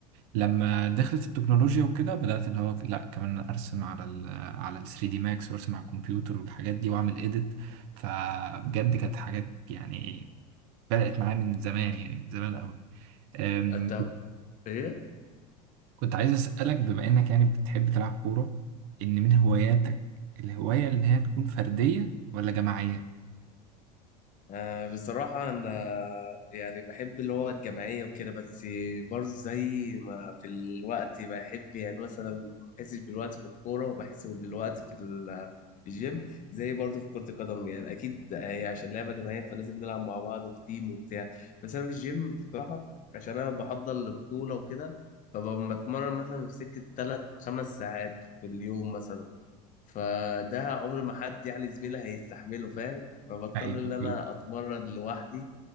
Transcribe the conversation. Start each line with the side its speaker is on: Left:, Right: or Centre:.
Right: لما دخلت التكنولوجيا وكده بدأت اللي هو لا كمان ارسم على ال على ال 3 دي ماكس وارسم على الكمبيوتر والحاجات دي واعمل اديت فبجد كانت حاجات يعني بدأت معايا من زمان يعني من زمان قوي أم،
Left: طب ايه
Right: كنت عايز أسألك بما انك يعني بتحب تلعب كورة ان من هواياتك الهواية اللي هي تكون فردية ولا جماعية؟
Left: آه بصراحة أنا يعني بحب اللي هو الجماعية وكده بس برضه زي ما في الوقت بحب يعني مثلا ما بحسش بالوقت في الكورة وبحس بالوقت في ال- في الجيم زي برضه في كرة القدم يعني أكيد هي عشان لعبة جماعية فلازم نلعب مع بعض وفي تيم وبتاع بس أنا في الجيم بصراحة عشان أنا بحضر لبطولة وكده فبتمرن مثلا في سكة تلات خمس ساعات في اليوم مثلا فده عمر ما حد يعني زميلي هيستحمله فاهم فبضطر
Right: ايوه
Left: ان انا
Right: ايوه
Left: اتمرن لوحدي